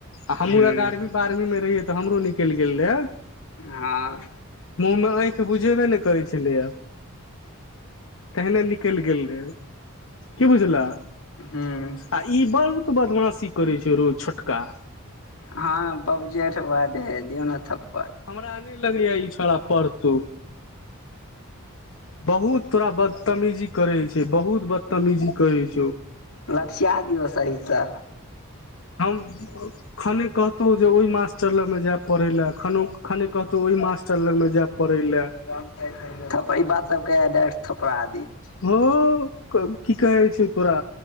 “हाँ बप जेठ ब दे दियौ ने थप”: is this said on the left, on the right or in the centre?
Left